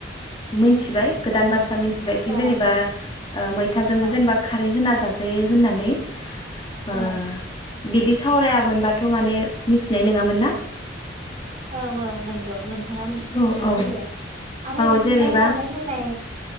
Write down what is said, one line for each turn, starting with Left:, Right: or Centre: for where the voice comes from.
Left: मिथिबाय गोदान
Right: मोनसे
Left: बाथ्रा मिथि बायदि
Right: औ
Left: जेनेबा ओ मैथाजोंबो
Right: औ
Left: जेनेबा खारै होना जा <unintelligible> होननानै ओ
Right: औ
Left: बिदिसो सावरायामोनबाथ' माने मिथिनाय नङामोन ना
Right: औ औ नों औ नोंथाङा थिखौनो
Left: औ
Right: बुंदों आरो बिथिंजाय
Left: जेरैबा
Right: जानाय लोंनाय